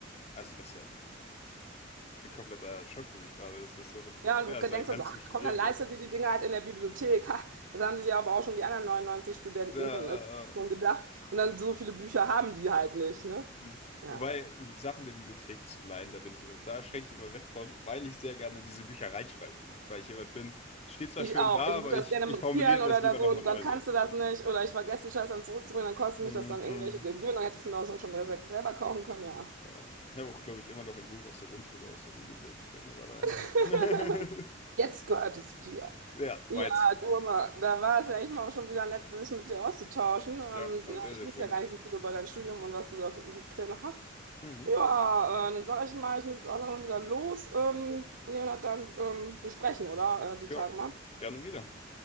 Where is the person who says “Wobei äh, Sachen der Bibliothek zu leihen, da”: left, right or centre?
Left